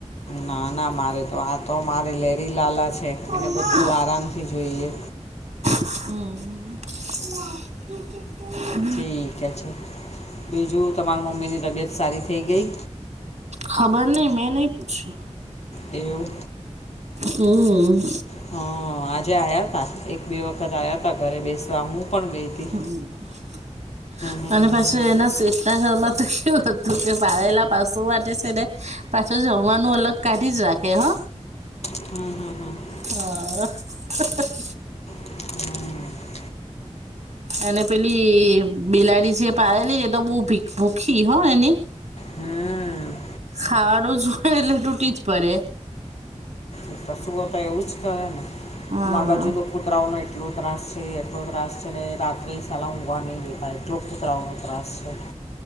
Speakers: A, on the left; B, on the right.
A: ના ના મારે તો આ તો મારે લેરીલાલા છે.
B: મમ્મા
A: એને બધું આરામથી જોઈએ.
B: હમ હમ <inaudible>
A: ઠીક કે છે. બીજું તમારા મમ્મીની તબિયત સારી થઈ ગઈ?
B: ખબર નહીં મેં નહીં પૂછ્યું.
A: એવું?
B: હમ
A: હહ આજે આયાતા. એક બે વખત આયાતા ઘરે બેસવા હું પણ ગઈતી.
B: હમ
A: હમ
B: અને પાસુ એના
A: હમ
B: શેઠના ઘરમાં તો કેવું હતું કે પાડેલા પસુ માટે છે ને પાછું જમવાનું અલગ કાઢી જ રાખે હહ.
A: હમ હમ હમ.
B: હહ અ
A: હમ
B: એને પેલી બિલાડી જે પાળેલી એતો બોવ ભીખી ભૂખી હો એની.
A: હમ
B: ખાવાનું જોવે એટલે તૂટી જ પડે.
A: એ પશુઓ તો એવું જ કરે ને.
B: હા
A: અમારી બાજુ તો કુતરાઓનો એટ એટલો ત્રાસ છે એટલો ત્રાસ છે ને રાત્રે સાલા ઊઘવા નહી દેતા, એટલો કુતરાઓનો ત્રાસ છે.